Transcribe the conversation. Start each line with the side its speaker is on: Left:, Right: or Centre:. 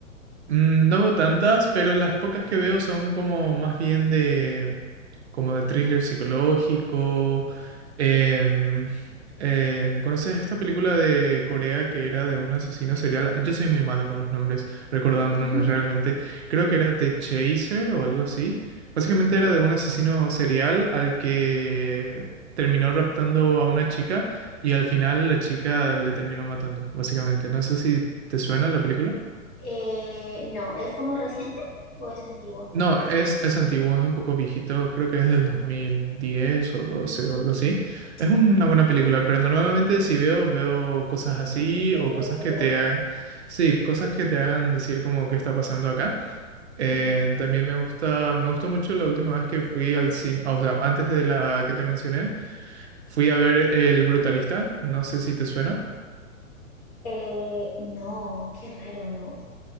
Right: Mm, No veo tantas, pero las pocas que veo son como más bien de, como de thriller psicológico. Em, eh, ¿conoces esta película de Corea que era de un asesino serial? Yo soy muy malo con los nombres, recordando
Left: <laughs>
Right: nombres realmente. Creo que era The Chaser o algo así. Básicamente era de un asesino serial al que terminó raptando a una chica y al final la chica le terminó matando, básicamente. No sé si te suena la película.
Left: Eh, no, ¿es como reciente o es antigua?
Right: No, es, es antiguo, es un poco viejito, creo que es del 2010 o 12 o algo así. Es una
Left: Ah, bueno,
Right: buena película, pero normalmente si veo, veo cosas así
Left: de
Right: o
Left: thrillers
Right: cosas
Left: psicológicos.
Right: que te ha- sí, cosas que te hagan decir como qué está pasando acá. Eh,
Left: Ujú.
Right: también me gusta, me gustó mucho la última vez que fui al cine, o sea, antes de la que te mencioné, fui a ver El Brutalista, no sé si te suena.
Left: Eh, no, qué raro, ¿no?